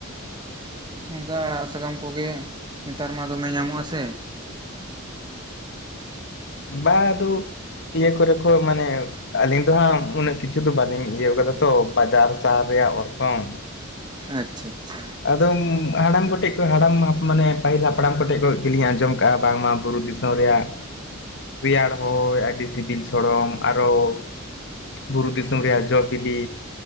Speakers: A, on the right; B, on the left.
A: ᱱᱚᱝᱠᱟ ᱟᱲᱟᱜ ᱥᱟᱠᱟᱢ ᱠᱚᱜᱮ ᱱᱮᱛᱟᱨ ᱢᱟ ᱫᱚᱢᱮ ᱧᱟᱢᱚᱜ -ᱟ ᱥᱮ
B: ᱵᱟ ᱟᱫᱚ ᱤᱭᱟᱹ ᱠᱚᱨᱮ ᱠᱚ ᱢᱟᱱᱮ ᱟᱹᱞᱤᱧ ᱫᱚ ᱦᱟᱸᱜ ᱩᱱᱟᱹᱜ ᱠᱤᱪᱷᱩ ᱫᱚ ᱵᱟᱹᱞᱤᱧ ᱤᱭᱟᱹᱣ ᱠᱟᱫᱟ ᱛᱚ ᱵᱟᱡᱟᱨ ᱥᱟᱦᱟᱨ ᱨᱮᱭᱟᱜ ᱚᱨᱥᱚᱝ
A: ᱟᱪᱪᱷᱟ ᱟᱪᱪᱷᱟ
B: ᱟᱫᱚ ᱦᱟᱲᱟᱢ ᱠᱚᱴᱷᱮᱱ ᱦᱟᱲᱟᱢ ᱢᱟᱱᱮ ᱯᱟᱹᱦᱤᱞ ᱦᱟᱯᱲᱟᱢ ᱠᱚᱴᱮᱡ ᱠᱷᱚᱱ ᱜᱮᱞᱤᱧ ᱟᱸᱡᱚᱢ ᱠᱟᱜᱼᱟ ᱵᱟᱝᱢᱟ ᱵᱩᱨᱩ ᱫᱤᱥᱚᱢ ᱨᱮᱭᱟᱜ ᱨᱮᱭᱟᱲ ᱦᱚᱭ ᱟᱹᱰᱤ ᱥᱤᱵᱤᱞ ᱥᱚᱲᱚᱢ ᱟᱨᱦᱚᱸ ᱵᱩᱨᱩ ᱫᱤᱥᱚᱢ ᱨᱮᱭᱟᱜ ᱡᱚ ᱵᱤᱞᱤ